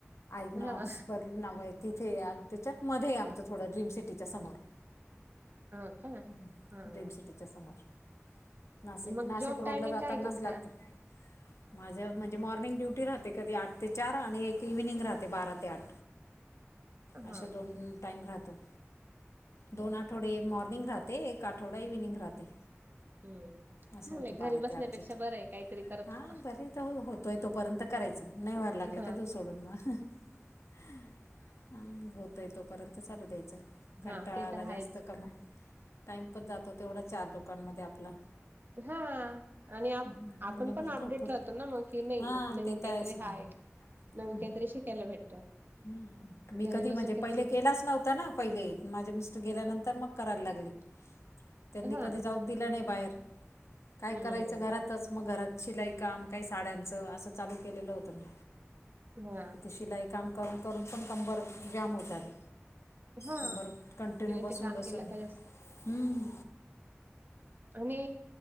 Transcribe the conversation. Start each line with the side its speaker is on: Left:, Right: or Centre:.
Left: आयनॉक्स
Right: हा
Left: बर्ल नाव आहे तिथे आणि त्याच्यात मध्ये हे आमचं थोडं ड्रीम सिटीच्या समोर
Right: हो का
Left: हम्म
Right: हा
Left: ड्रीम सिटीच्या समोर नाशिक
Right: मग
Left: नाशिक
Right: जॉब
Left: रोडला
Right: टायमिंग
Left: जातानाच
Right: काय आहे तुमचा?
Left: लागतं माझं म्हणजे मॉर्निंग ड्युटी राहत कधी आठ ते चार आणि एक इव्हनिंग राहते बारा ते आठ
Right: हा
Left: अशा दोन टाईम राहतो दोन आठवडे मॉर्निंग राहते एक आठवडा इव्हनिंग राहते
Right: हम्म
Left: असं
Right: चांगलंय
Left: होत
Right: घरी
Left: बारा
Right: बसण्यापेक्षा
Left: ते आठच्या
Right: बरं आहे काहीतरी करत
Left: हा
Right: राहावा
Left: बरे तर होतोय तोपर्यंत च नाही व्हायला लागलं
Right: हा
Left: का देवू सोडून मग हा हा हा होतयं तोपर्यंत चालू द्यायचं कंटाळा
Right: हा ते
Left: आला
Right: तर आहेच
Left: जास्त कामग टाइम पण जातो तेवढा चार लोकांमध्ये आपला
Right: हा आणि
Left: हम्म,
Right: आपण
Left: आणि भरपूर
Right: पण अपडेट
Left: भरपूर
Right: राहतो ना मग कि नाही
Left: हा
Right: नवीन
Left: ते
Right: काही
Left: तर आहेच
Right: तरी
Left: ना
Right: हाय
Left: हम्म,
Right: नवीन काहीतरी शिकायला भेटत
Left: हम्म. मी
Right: घरी
Left: कधी
Right: बसून
Left: म्हणजे
Right: काय
Left: पहिले
Right: ते
Left: केलाच नव्हता ना पहिले माझे मिस्टर गेल्यानंतर मग करायला लागली त्यांनी
Right: हा
Left: कधी जाऊ दिलं नाही बाहेर काय
Right: हम्म
Left: करायचं घरातच मग घरात शिलाई काम काही साड्यांचं असं चालू केलेलं होतं मी
Right: हाआ
Left: तर ते शिलाई काम करून करून पण कंबर जाम होत आली
Right: हा
Left: कंबर कंटिन्यू बसून
Right: ते काम
Left: बसून
Right: केलं का जास्त
Left: हम्म
Right: आणि